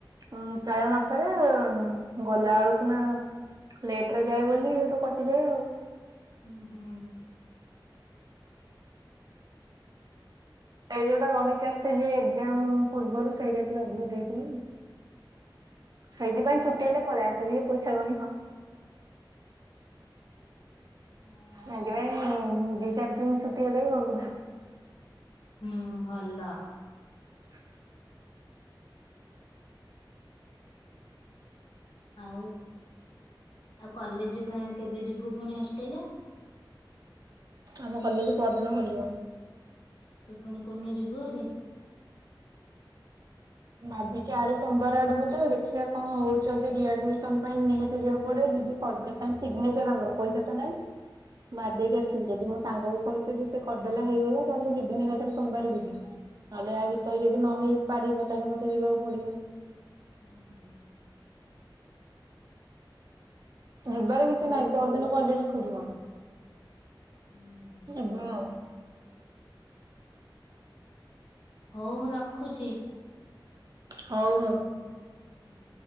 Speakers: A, on the right (about 50°); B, on the left (about 80°).
A: ଉଁ ପ୍ରାୟ ମାସରେ ଗଲା ବେଳକୁ ନା ଲେଟ ରେ ଯାଏ ବୋଲି ତୁ କଟିଯାଏ ଆଉ।
B: ହୁଁ ହୁଁ।
A: ଏଇ ଯୋଉଟା ରହିକି ଆସିଥିଲି ଏଗଜାମ୍ ପୂର୍ବରୁ ସେଇଟା ଟିକେ ଅଧିକ ଦେଇଥିଲି। ସେଇଥିପାଇଁ ଛୁଟି ହେଲେ ପଳେଇ ଆସେ କିଏ ପଇସା କଣିବ।
B: ହୁଁ। ହୁଁ
A: ଭାଗିବା ପାଇଁ ଦି ଚାରି ଦିନ ଛୁଟି ହେଲେ ଘରକୁ ଧା।
B: ହୁଁ ଭଲ।
A: ହଁ।
B: ଆଉ ଆଉ କଲେଜ ତ କେବେ ଯିବୁ ପୁଣି ହଷ୍ଟେଲ।
A: ଆମ କଲେଜ ପରଦିନ ଖୋଲିବ।
B: ତୁ ପୁଣି କୋଉଦିନ ଯିବୁ ହାରି?
A: ଭାବିଛିି ଆର ସୋମବାର ଆଡକୁ ଯ ଦେଖିବା କଣ ହଉଛି ରିଆଡମିସନ ପାଇଁ ନିହାତି ଯିବାକୁ ପଡିବ ଯିବି। କର୍ଜ୍ ଖାଲି ସିଗ୍ନେଚର ଆମର ପଇସା ତ ନାଇଁ
B: ହୁଁ
A: ମରି ଦେଇକି ଆସିବି। ଯଦି ମୋ ସାଙ୍ଗ କୁ କହିଛି ଯଦି ସେ କରିଦେଲା ହେଇଗଲା ତାହେଲେ ଯିବିନି ଏକାଥରେ ସୋମବାର ଯିବି। ନହେଲେ ଆ ଭିତରେ ଯଦି ନ ହେଇ ପାରିବ ତାହେଲେ ମତେ ଯିବାକୁ ପଡିବ।
B: ହୁଁ ହୁଁ।
A: ଯିବାର
B: ହୁଁ
A: କିଛି
B: ହଉ
A: ନାହିଁ ପରଦିନ କଲେଜ ଖୋଲିବ
B: ହୁଁ
A: ଯିବା ଆଉ।
B: ହଉ ମୁଁ ରଖୁଛି।
A: ହଉ ହଉ।
B: ହୁଁ।